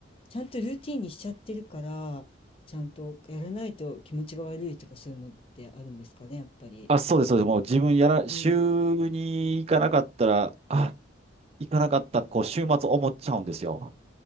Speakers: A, on the left (about 30°); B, on the right (about 30°).
A: ちゃんとルーティンにしちゃってるから、ちゃんとやらないと気持ちが悪いとかそういうのってあるんですかね、やっぱり。
B: あ、そうです、そうです。もう自分やら、週に行かなかったら、
A: うん。
B: あ、行かなかった、こう、週末思っちゃうんですよ。